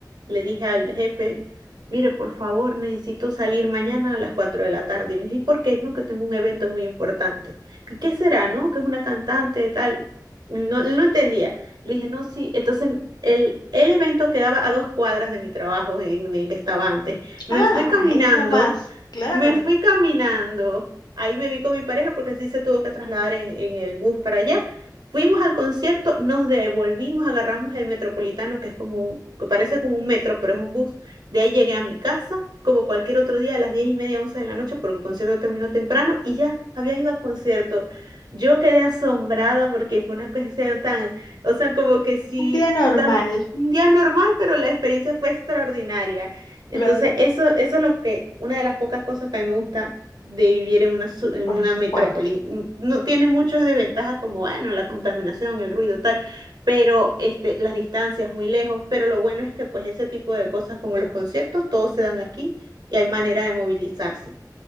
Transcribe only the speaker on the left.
Ah,
ahí nomás, claro.
Un día normal,
claro,
por
supuesto.